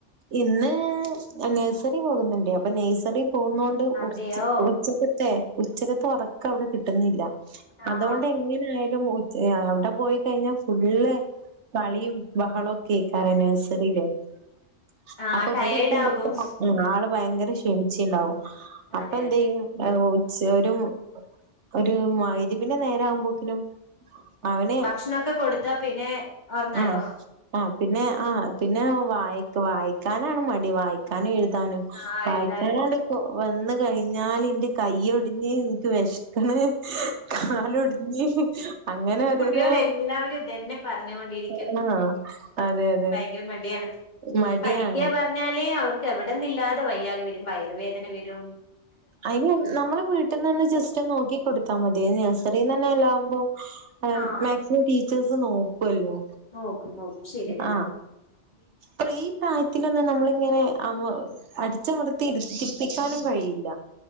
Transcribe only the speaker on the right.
ഇന്ന് നഴ്സറി പോകുന്നുണ്ട് അപ്പൊ നഴ്സറി പോകന്നണ്ട്
ഉച്ചകത്തെ ഉച്ചകത്ത് ഉറക്ക അവിടെ കിട്ടുന്നില്ല
അതുകൊണ്ട് എങ്ങനെ ആയാലും അടെ പോയി കഴിഞ്ഞാൽ ഫുള്ള് കളിയും ബഹളവും ഒക്കെ കേൾക്കാം നഴ്സറിയിലേ <inaudible>
<inaudible>
ഭയങ്കര ക്ഷണിച്ചി ഉണ്ടാവും അപ്പൊ
എന്ത
ചെയ്യും ഒരു ഒരു മഗ്‌രിബിന്റെ നേരാവുമ്പോക്കിനും അവന്
ആഹ് ആഹ് പിന്നെ ആഹ പിന്നെ വ വായിക്കാനാണ് മടി വായിക്കാനും എഴു.. എഴുതാനും
വായിക്കാനാണ്ട
വന്ന കഴിഞ്ഞാൽ എന്റെ കയൊടിഞ്ഞ് നിനിക്ക് വിശക്കണ കാല്‌ ഒടിഞ്ഞ അങ്ങനെ ഒരോരോ
ആഹ അതെ അതെ
മടിയാണ്
അതിന് നമ്മള് വീട്ടിൽന്ന് തന്നന്ന് ജസ്റ്റ് നോക്കി കൊടുത്താ മതി നഴ്റിന്ന് തന്നെ എല്ലാാവുമ്പോം
മാക്സിമം ടീച്ചേഴസ് നോ ല്ലോ
ആ പ്രായത്തി ത്തിൊന്ന് നമ്മളിങ്ങനെ ആ അടിച്ചമർത്തി രുത്തിപ്പിക്കാനും കഴിയില്ല